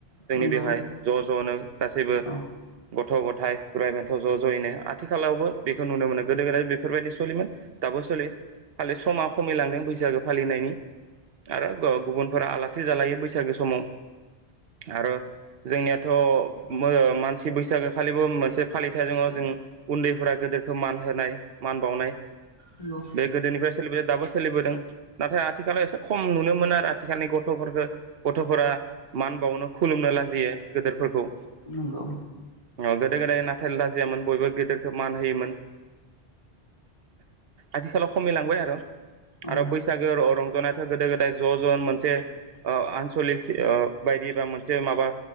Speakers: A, on the right; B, on the left.
A: जोंनि
B: नंगौ
A: बेवहाय ज' ज'नो गासैबो
B: औ
A: गथ' ग' थाय बोराय -बेन्थ' ज' ज'यैनो आथिखालावबो बेखौ नुनो मोनो। गोदो गोदाय बेफोरबायदि सलियोमोन दाबो सलियो। खालि समाव। खमिलांदों बैसागो। फालिनायनि। आरो ग गुबुन। फोरा आलासि जालायो बैसागो समाव आरो जोंनियाथ' मो ओ मानसि बैसागो। खालिबो मोनसे फालिथाय दङ जों उन्दैफोरा। गोदोखो मान होनाय मान बावनाय।
B: नंगौ
A: बे गोदोनिफ्राय सा। सोलि बो दाबो सोलिबोदों नाथाय आथिखालाव एसे खम नुनो मोनो आरो। थिखानि गथ'फोरखौ। गथ'फोरा मान बावनो खुलुमनो लाजियो गोदोरफोरखौ।
B: नोंगौ।
A: ओ गोदो गोदाय नाथाय लाजियामोन बयबो गोदोरखौ मान होयोमोन आथिखालाव खमिलांबाय आरो।
B: औ
A: आरो बैसागो <unintelligible> जनाथ' गोदो गोदाय ज' <unintelligible> जन मोनसे ओ आनसलिक ओ बायदि बा मोनसे माबा